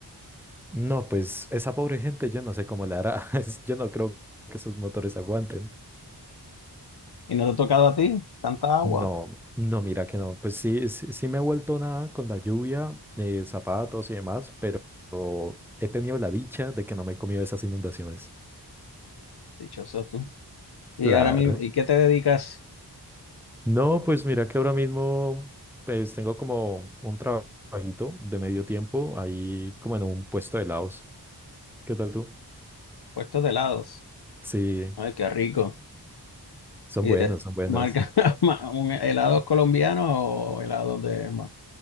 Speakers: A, in the centre; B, on the left.
A: No, pues esa pobre gente, yo no sé cómo le hará. <laughs> Es- Yo no creo que esos motores aguanten.
B: ¿Y no te ha tocado a ti tanta agua?
A: No, no, mira que no. Pues sí, sí, sí me he vuelto nada con la lluvia, eh, zapatos y demás, pero he tenido la dicha de que no me he comido esas inundaciones.
B: Dichoso tú. ¿Y
A: Claro.
B: ahora mismo, y qué te dedicas?
A: No, pues mira que ahora mismo, pues tengo como un trabajito de medio tiempo ahí como en un puesto de helados. ¿Qué tal tú?
B: Puestos de helados.
A: Sí,
B: Ay, qué rico.
A: son
B: ¿Y
A: buenos,
B: de
A: son buenos.
B: marca <laughs> ma- un helados colombianos o helados de ma-